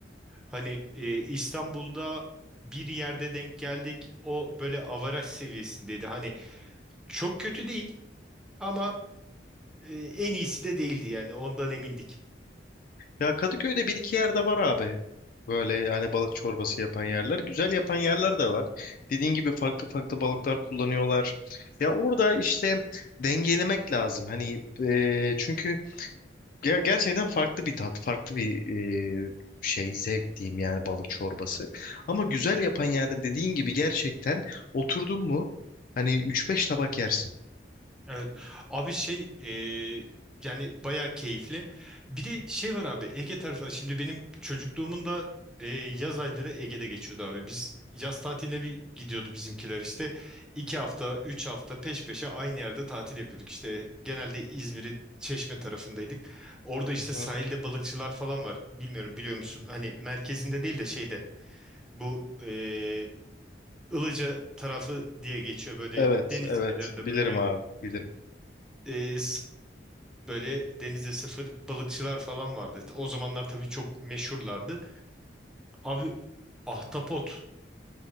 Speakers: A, in the centre; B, on the left.
A: Hani e, İstanbul'da bir yerde denk geldik. O böyle avaraj seviyesindeydi. Hani çok kötü değil ama e, en iyisi de değildi yani ondan emindik.
B: Ya Kadıköy'de bir iki yerde var abi. Böyle yani balık çorbası yapan yerler. Güzel yapan yerler de var. Dediğin gibi farklı farklı balıklar kullanıyorlar. Ya orada işte dengelemek lazım. Hani e, çünkü Ger- gerçekten farklı bir tat, farklı bir e, şey, zevk diyeyim yani balık çorbası. Ama güzel yapan yerde dediğin gibi gerçekten oturdun mu hani üç beş tabak yersin.
A: Evet. Abi şey e, yani bayağı keyifli. Bir de şey var abi Ege tarafına. Şimdi benim çocukluğumun da e, yaz ayları Ege'de geçiyordu abi. Biz yaz tatiline bir gidiyordu bizimkiler işte. iki hafta, üç hafta peş peşe aynı yerde tatil yapıyorduk. İşte genelde İzmir'in Çeşme tarafındaydık. Orada işte
B: Hı hı.
A: sahilde balıkçılar falan var. Bilmiyorum biliyor musun? Hani merkezinde değil de şeyde bu e, Ilıca tarafı diye geçiyor böyle
B: Evet,
A: deniz
B: evet.
A: kenarında
B: Bilirim
A: böyle
B: abi, bilirim.
A: e, Böyle denizde sıfır balıkçılar falan vardı. İşte o zamanlar tabii çok meşhurlardı. Abi ahtapot